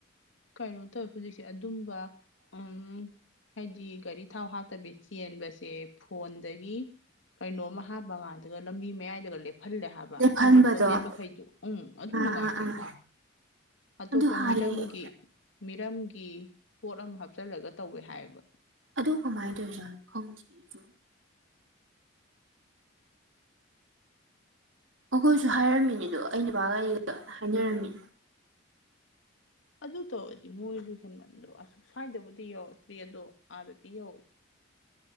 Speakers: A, on the left (about 70°); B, on the right (about 75°).
A: ꯀꯩꯅꯣ ꯇꯧꯋꯦ ꯍꯨꯖꯤꯛꯁꯦ ꯑꯗꯨꯝꯕ ꯎꯝ ꯍꯥꯏꯗꯤ ꯒꯥꯔꯤ ꯊꯥꯎ ꯍꯥꯞ ꯇꯥꯕꯤ ꯆꯦꯟꯕꯁꯦ ꯐꯣꯟꯗꯒꯤ ꯀꯩꯅꯣꯝ ꯍꯥꯞꯄ ꯀꯥꯟꯗꯒꯥ ꯂꯝꯕꯤ ꯃꯌꯥꯏꯗꯒꯥ ꯂꯦꯞꯍꯜꯂꯦ ꯍꯥꯏꯕ
B: ꯂꯦꯞꯍꯟꯕꯗꯣ
A: ꯏ ꯔꯤꯛꯁꯣ ꯆꯦꯟꯕꯈꯩꯗꯨꯣ
B: ꯑꯥ
A: ꯎꯝ ꯑꯗꯨ ꯅꯨꯡꯉꯥꯏꯇꯦ
B: ꯑꯥ ꯑꯥ
A: ꯑꯇꯣꯞꯄ
B: ꯑꯗꯨ ꯍꯥꯏꯌꯦ
A: ꯃꯤꯔꯝꯒꯤ ꯃꯤꯔꯝꯒꯤ ꯄꯣꯠ ꯑꯃ ꯍꯥꯞꯆꯜꯂꯒꯥ ꯇꯧꯋꯦ ꯍꯥꯏꯑꯕ
B: ꯑꯗꯨ ꯀꯃꯥꯏꯟ ꯇꯧꯔꯤꯖꯥꯠꯅꯣ ꯈꯪꯗꯤꯌꯦ ꯑꯩꯖꯨ ꯑꯈꯣꯏꯁꯨ ꯍꯥꯏꯔꯝꯃꯤꯅꯦ ꯑꯗꯣ ꯑꯩ ꯅꯨꯄꯥꯒ ꯑꯩꯒꯥ ꯍꯥꯏꯅꯔꯝꯃꯤꯅꯦ
A: ꯑꯗꯨ ꯇꯧꯔꯗꯤ ꯃꯣꯏꯖꯨ ꯍꯦꯟꯃꯟꯗ꯭ꯔꯣ ꯑꯁ ꯁ꯭ꯋꯥꯏꯗꯕꯨꯗꯤ ꯌꯧꯔꯛꯇ꯭ꯔꯤ ꯑꯗꯣ ꯑꯥꯗꯗꯤ ꯌꯧꯋꯦ